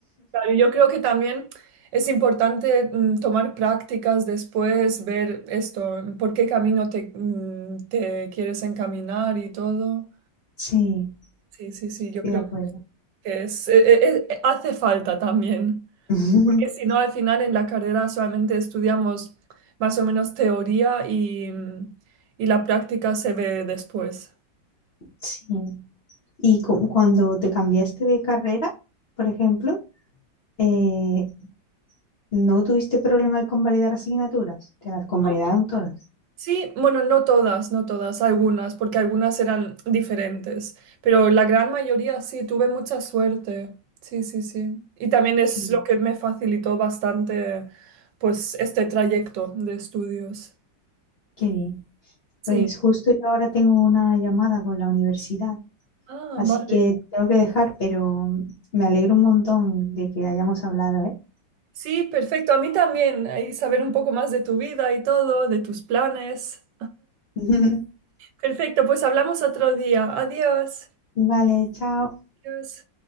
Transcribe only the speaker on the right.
Claro, yo creo que también es importante mm, tomar prácticas después, ver esto, mm, por qué camino te, mm, te quieres encaminar y todo.
Sí, sí, sí,
yo creo.
que es, eh, eh, eh, eh, hace falta también,
porque si no, al final en la carrera solamente estudiamos más o menos teoría y, mm, y la práctica se ve después.
No,
Sí, bueno, no todas, no todas, algunas, porque algunas eran diferentes, pero la gran mayoría sí, tuve mucha suerte. Sí, sí, sí. Y también es
lo que me facilitó bastante, pues, este trayecto de estudios.
Sí.
Ah,
vale.
Sí, perfecto. A mí también. Ahí saber un poco más de tu vida y todo, de tus planes.
Perfecto, pues hablamos otro día. Adiós.
Adiós.